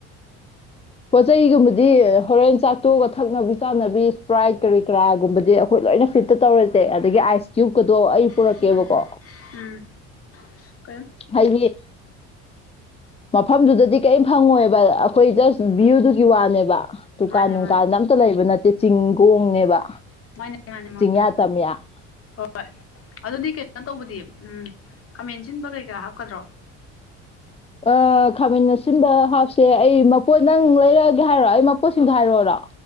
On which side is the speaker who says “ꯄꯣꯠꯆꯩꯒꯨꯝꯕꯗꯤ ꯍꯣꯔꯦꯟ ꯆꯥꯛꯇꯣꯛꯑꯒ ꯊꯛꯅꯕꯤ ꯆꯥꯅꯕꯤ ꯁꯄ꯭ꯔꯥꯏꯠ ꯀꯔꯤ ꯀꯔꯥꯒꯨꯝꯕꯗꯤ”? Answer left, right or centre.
Left